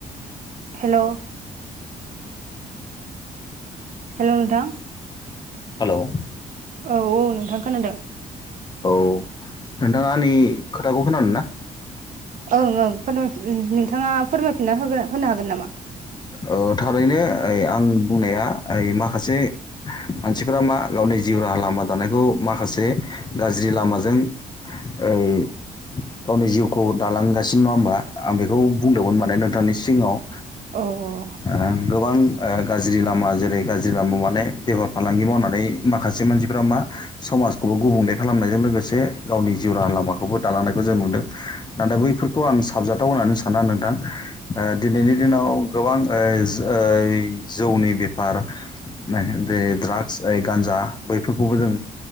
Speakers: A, on the right; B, on the left.
A: हेल' हेल' नोंथां?
B: हेल'
A: औ औ नोंथां खोनादों।
B: औ नोंथाङा आंनि खोथाखौ खोनादोंना?
A: ओं ओं फोर नोंथाङा फोरमायफिनना होग होनो हागोन नामा?
B: ओ थारैनो ओइ आं बुंनाया ओइ माखासे मानसिफोरा मा गावनि जिउ राहा लामा दानायखौ माखासे गाज्रि लामाजों ओइ गावनि जिउखौ दालांगासिनो नङा होमबा। आं बेखौ बुंदोंमोन माने नोंथांनि सिङाव।
A: अ अ।
B: ओं गोबां ओ गाज्रि लामा जेरै गाज्रि लामा माने बेफार फालांगि मावनानै माखासे मानसिफ्रा मा समाजखौबो गुबुंले खालामनायजों लोगोसे गावनि जिउ राहा लामाखौबो दालांनायखौ जों नुदों। नाथाय बैफोरखौ आं साबजाथाव होननानै साना नोंथां ओ दिनैनि दिनाव गोबां ओज ओज जौनि बेफार <unintelligible> बे द्राग्स ओ गान्जा बैफोरखौबो जों